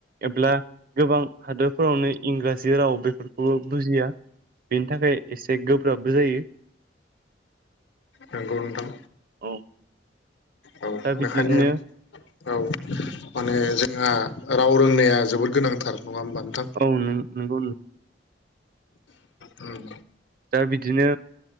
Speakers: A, on the right; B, on the left.
A: एब्ला गोबां हादोरफोरावनो इंराजि राव बेफोरखौबो बुजिया बेनि थाखाय एसे गोब्राबबो जायो
B: नंगौ नोंथां
A: औ
B: औ
A: दा
B: बेखायनो
A: बिदिनो
B: औ माने जोंहा राव रोंनाया जोबोद गोनांथार नङा होमबा नोंथां
A: औ नों नंगौ
B: उम
A: दा बिदिनो